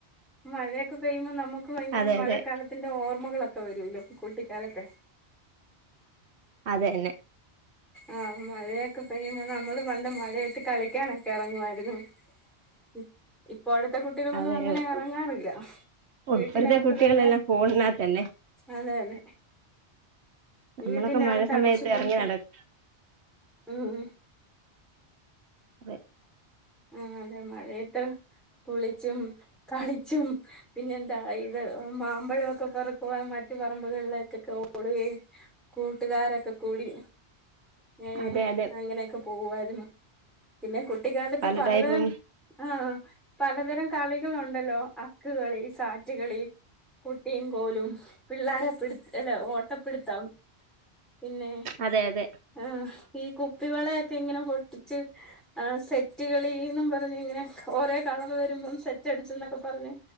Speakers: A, in the centre; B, on the right.
A: മഴ ഒക്കെ പെയ്യുമ്പോ നമ്മു ക്ക് ഭയങ്കര
B: അതെ
A: മഴക്കാലത്തിന്റെ
B: അതെ
A: ഓർമ്മകളൊക്കെ വരൂല്ലോ കൂട്ടിക്കാലത്തെ
B: അതെന്നെ
A: ആഹ് മഴയൊക്കെ പെയ്യുമ്പോ നമ്മള് പണ്ട് മഴയത്ത് കളി ക്കാനൊക്കെറുവാ <unintelligible> ഇപ്പോഴത്തെ കുട്ടികളൊന്നും
B: അതെ
A: അങ്ങനെ
B: അതെ
A: എറങ്ങാറില്ല
B: ഓ
A: വീട്ടിനകത്ത്
B: ഇപ്പഴത്തെ കുട്ടികളെല്ലാം
A: തന്നെ
B: ഫോണിനകത്തല്ലേ
A: അതെ അതെ
B: നമ്മളൊക്കെ
A: വീട്ടിനകത്ത്
B: മഴ സമയത്ത്
A: അടച്ചുപൂട്ടി
B: ഇറങ്ങി നടക്ക
A: ഉം
B: അതെ
A: ആ അതെ മഴയത്ത് കുളിച്ചും കളിച്ചും പിന്നെന്താ <unintelligible> മാമ്പഴമൊക്കെ പറക്കുവാൻ മറ്റു പറമ്പുകളിലേക്കൊക്കെ ഓടുകയും കൂട്ടുകാരൊക്കെ കൂടി ഏ
B: അതെ അതെ
A: അങ്ങനെയൊക്കെ പോവുവായിരുന്നു പിന്നെ കുട്ടിക്കാല
B: പല
A: പലതരം
B: ടൈപ്പും
A: ആ പലതരം കളികളുണ്ടല്ലോ അക്ക് കളി സാറ്റ്കളി കുട്ടിയും കോലും പിള്ളേരെപ്പിട് ഇല്ലെ ഓട്ടപ്പിടുത്തം പിന്നെ
B: അതെ അതെ
A: ആഹ് ഈ കു പ്പി വളയൊക്കെ ഇങ്ങനെ പൊട്ടിച്ച് ആ സെ സെറ്റ്കളീന്നും പറഞ്ഞിങ്ങനെ ഒരേ കളർ വരുമ്പം സെറ്റ് റ്റടിച്ച് എന്നൊക്കെ പറഞ്ഞ്